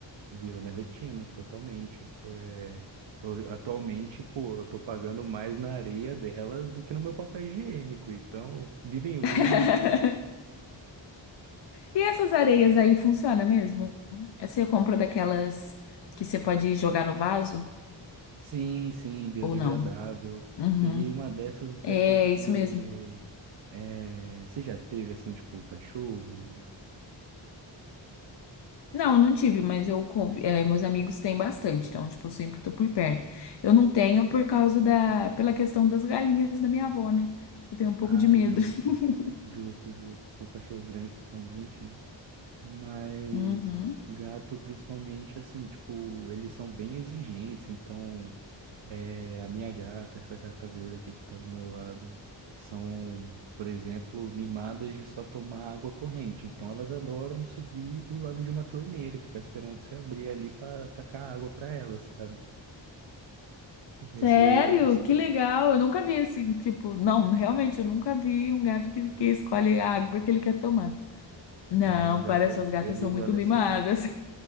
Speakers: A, on the right; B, on the left.
A: Virou minha rotina totalmente. É, eu- atualmente, pô, eu tô pagando mais na areia delas do que no meu papel higiênico. Então, vivem em luxo.
B: <laughs> E essas areias aí funciona mesmo? Você compra daquelas que você pode jogar no vaso
A: Sim, sim, biodegradável.
B: ou não? Uhum.
A: Peguei uma dessas até
B: É
A: porque.
B: isso mesmo.
A: É, você já teve assim, tipo, cachorro?
B: Não, não tive, mas eu conv- é, meus amigos têm bastante, então tipo, eu sempre tô por perto. Eu não tenho por causa da pela questão das galinhas da minha avó, né? Eu tenho um pouco
A: Ah,
B: de medo.
A: justo.
B: <laughs>
A: Justo, justo. Foi um cachorro grande, principalmente, né? Mas
B: Uhum.
A: gato, principalmente, assim, tipo, eles são bem exigentes, então. É, a minha gata, essa gata gorda aqui que tá do meu lado, são, por exemplo, mimadas de só tomar água corrente. Então elas adoram subir do lado de uma torneira e ficar esperando você abrir ali pra tacar água pra elas, sabe? Esse,
B: Sério?
A: essa-
B: Que legal! Eu nunca vi assim, tipo, não, realmente eu nunca vi um gato que, que escolhe a água que ele quer tomar. Não,
A: tem o gato,
B: para suas gatas
A: eles
B: são muito
A: olham
B: mimadas.
A: assim pra,